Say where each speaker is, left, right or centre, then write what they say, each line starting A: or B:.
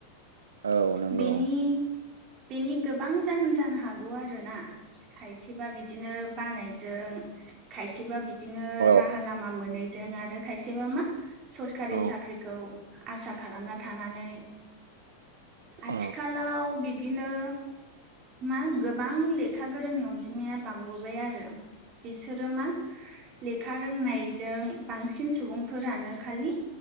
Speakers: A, on the right; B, on the right.
A: औ नंगौ।
B: बेनि बेनि गोबां जाहोन जानो हागौ आरोना। खायसेबा बिदिनो बानायजों खायसेबा बिदिनो
A: औ
B: राहा लामा मोनैजों आरो खायसेबा मा सरखारि
A: औ
B: साख्रिखौ आसा खालामना थानानै आथिखालाव
A: औ
B: बिदिनो मा गोबां लेखा गोरोंनि अनजिमाया बांबोबाय आरो। बिसोरो मा लेखा रोंनायजों बांसिन सुबुं फोरानो खालि